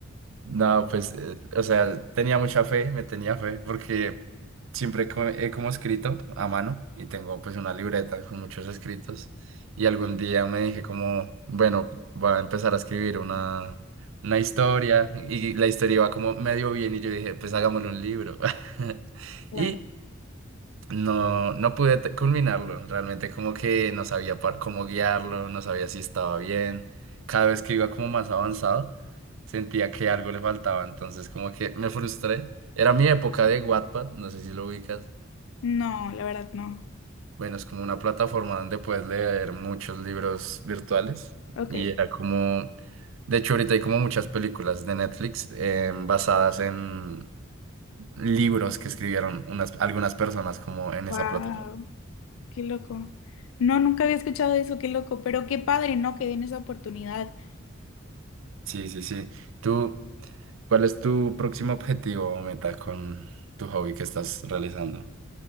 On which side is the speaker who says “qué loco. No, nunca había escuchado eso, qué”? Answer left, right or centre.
Left